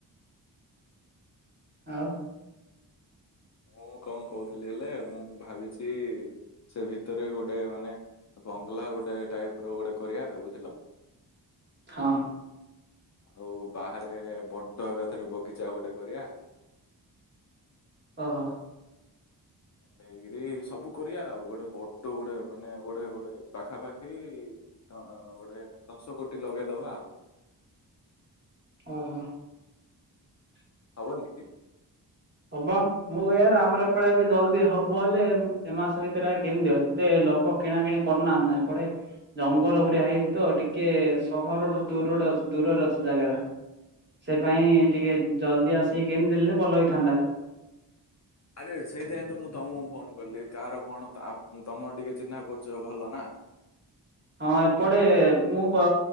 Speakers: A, on the right; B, on the left.
A: ଆଉ।
B: ମୁଁ କଣ କହୁଥିଲି ହେଲେ, ମୁଁ ଭାବିଛି, ସେ ଭିତରେ ଗୋଟେ ମାନେ ବଙ୍ଗଲା, ଗୋଟେ ଟାଇପ୍ ର ଗୋଟେ କରିଆ। ବୁଝିଲ?
A: ହଁ।
B: ଆଉ ବାହାରେ ବଦ ଏକା ଥରେ ବଗିଚା ଗୋଟେ କରିବା।
A: ଓହୋ।
B: ନେଇକିରି ସବୁ କରିବା ଆଉ ଗୋଟେ ବଡ ଗୋଟେ ମାନେ ଗୋଟେ ଗୋଟେ ପାଖାପାଖି ତ ଗୋଟେ ଦଶ କୋଟି ଲଗେଇଦବା ଆଉ।
A: ଓହୋ।
B: ହବନି କି?
A: ହବ ମୁଁ କହିବାର ଆମର ଏପଟେ ଏବେ ଜଲଦି ହବ ହେଲେ, ଏ ମାସ ଭିତରେ ଆ କେମିତି ହବ ଏତେ ଲ କ କିଣାକିଣି କରୁ ନାହାଁନ୍ତି ନା ଏପଟେ। ଜଙ୍ଗଲ ପରିଆ ହେଇଛି ତ ଟିକେ ସହରଠୁ ଦୂର ଦୂରରେ ଅଛି ଜାଗା ଟା।
B: <inaudible>
A: ସେ ପାଇଁ ଟିକେ ଜଲଦି ଆସିକି କିଣି ଦେଲେ ଭଲ ହେଇଥାନ୍ତା।
B: ଆରେ ସେଇଥିପାଇଁ ତ ମୁଁ ତମକୁ ଫୋନ କଲି କାହାର କଣ ତମର ଟିକେ ଚିହ୍ନା ପଚିବ ଭଲ ନା।
A: ହଁ ଏପଟେ ମୁଁ ପ